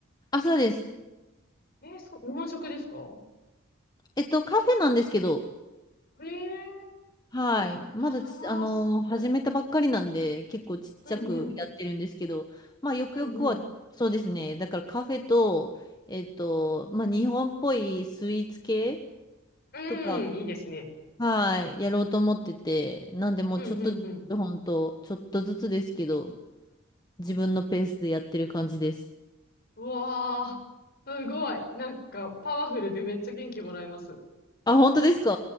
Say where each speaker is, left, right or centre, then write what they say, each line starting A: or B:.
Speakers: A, on the left; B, on the left.
A: あ、そうです。
B: ええーそう、日本食ですか
A: えっと、カフェなんですけど、
B: ええ
A: はい。まだち、
B: ーああすごい。
A: あのー始めたばっかりなんで、結構ちっちゃくやってるんですけど、
B: うんうん。
A: まあ、よくよくは、
B: うんうん。
A: そうですね。だからカフェと、えっと、まあ、日本っぽいスイーツ系
B: うん、
A: とかを、
B: いいですね。
A: はい、やろうと思ってて、なんでもうちょっとずつ、
B: うんうんうん。
A: ほんと、ちょっとずつですけど、自分のペースでやってる感じです。
B: うわあ、すごい。なんか、パワフルでめっちゃ元気もらえます。
A: あ、本当ですか